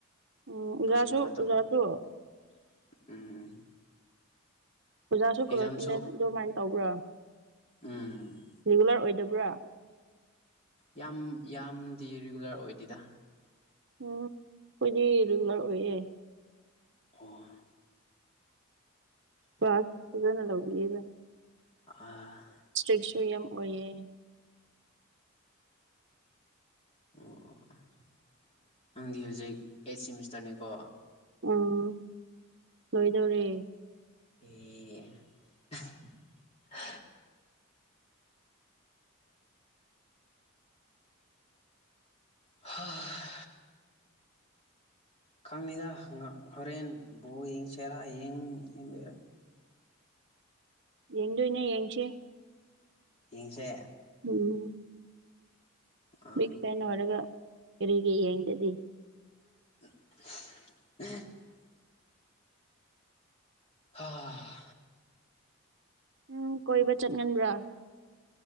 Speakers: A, on the right; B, on the left.
A: ꯎꯝ
B: <unintelligible>
A: ꯑꯣꯖꯥꯁꯨ ꯑꯣꯖꯥꯁꯨ
B: ꯎꯝ
A: ꯑꯣꯖꯥꯁꯨ
B: ꯑꯦꯛꯖꯥꯝꯁꯨ
A: ꯀꯣꯔꯣꯁꯄꯣꯗꯦꯟ ꯑꯗꯨꯃꯥꯏꯅ ꯇꯧꯕ꯭ꯔꯥ
B: ꯎꯝ
A: ꯔꯤꯒꯨꯂꯔ ꯑꯣꯏꯗꯕ꯭ꯔꯥ
B: ꯌꯥꯝ ꯌꯥꯝꯗꯤ ꯔꯤꯒꯨꯂꯔ ꯑꯣꯏꯗꯦꯗ
A: ꯎꯝ ꯈꯣꯏꯗꯤ ꯔꯤꯒꯨꯂꯔ ꯑꯣꯏꯌꯦ
B: ꯑꯣ
A: ꯀ꯭ꯥꯂꯁ ꯐꯖꯅ ꯂꯧꯕꯤꯌꯦꯕ
B: ꯑ
A: ꯏꯁꯇ꯭ꯔꯤꯛꯁꯨ ꯌꯥꯝ ꯑꯣꯏꯌꯦꯦ
B: ꯑꯣ ꯅꯪꯗꯤ ꯍꯧꯖꯤꯛ ꯑꯩꯠ ꯁꯤꯃꯤꯁꯇꯔꯅꯤꯀꯣ
A: ꯎꯝ ꯂꯣꯏꯗꯧꯔꯦ
B: <unintelligible> <inaudible>
A: <unintelligible>
B: ꯍ ꯈꯪꯅꯤꯗ ꯍꯣꯔꯦꯟ ꯕꯣ ꯌꯦꯡꯁꯦꯔꯥ ꯌꯦꯡ ꯌꯦꯡꯗꯣꯏꯔꯥ
A: ꯌꯦꯡꯗꯣꯏꯅꯦ ꯌꯦꯡꯁꯤ
B: ꯌꯦꯡꯁꯦ
A: ꯎꯝ
B: ꯑꯥ
A: ꯕꯤꯛ ꯐꯦꯟ ꯑꯣꯏꯔꯒ ꯀꯔꯤꯒꯤ ꯌꯦꯡꯗꯗꯤ
B: <unintelligible> ꯑ <unintelligible> <inaudible>
A: ꯎꯝ ꯀꯣꯏꯕ ꯆꯠꯒꯟꯕ꯭ꯔꯥ